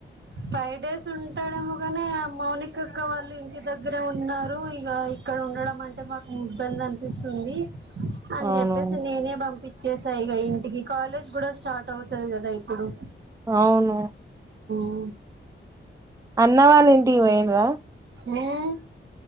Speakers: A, on the right; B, on the right.
A: ఫైవ్ డేస్ ఉంటాడేమో కాని మౌనికక్క వాళ్ళు ఇంటి దగ్గరే ఉన్నారు ఇగ ఇక్క ఉండడం అంటే మాకు ఇబ్బంది అనిపిస్తుంది అని
B: అవును
A: జేప్పేసి నేనే పంపించేసా ఇగ ఇంటికి కాలేజ్ గూడ స్టా ర్ట్ అవుతది కదా ఇప్పుడు
B: అవును
A: మ్
B: అన్న వాళ్ళ ఇంటికి పోయిడ్రా
A: హ్మ్మ్